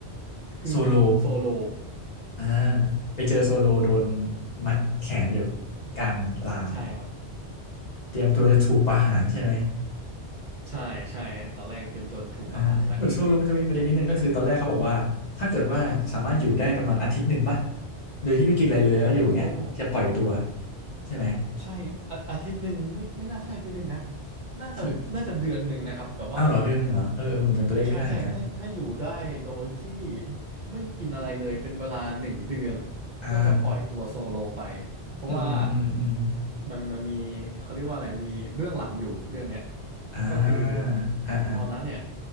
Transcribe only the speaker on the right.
คือโซโล
ใช่ครับ
ใช่ใช่ตอนแรกเตรียมตัวจะถูกประหารแล้ว
อ๋อ
ใช่อาอาทิตย์หนึ่งไม่ไม่น่าใช่อาทิตย์หนึ่งนะน่าจะน่าจะเดือนหนึ่งนะครับแบบว่า
ใช่ใช่ถ้าถ้าอยู่ได้โดยที่ไม่กินอะไรเลยเป็นเวลาหนึ่งเดือน
ก็จะปล่อยตัวโซโลไปเพราะว่า
มันมันมีเขาเรียกว่าอะไรมีเบื้องหลังอยู่เรื่องเนี้ย
ก็คือ
ตอนนั้นเนี่ย